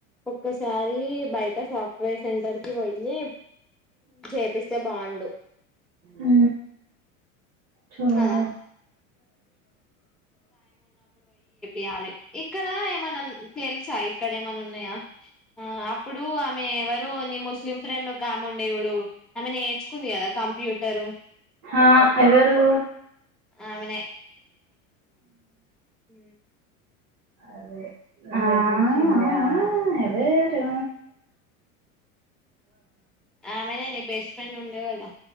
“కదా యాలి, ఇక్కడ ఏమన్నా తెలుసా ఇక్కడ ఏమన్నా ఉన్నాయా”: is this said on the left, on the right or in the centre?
Centre